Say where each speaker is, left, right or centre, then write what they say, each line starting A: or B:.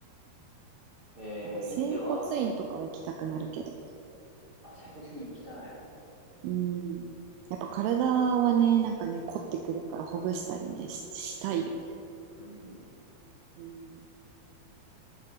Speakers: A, on the right; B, on the right.
A: えー、
B: だから整骨院とかは行きたくなるけど。
A: では、あ、整骨院行きたい。
B: うん。やっぱ体はね、なんかね、凝ってくるからほぐしたりね、し、したいよね。
A: うん。
B: うん。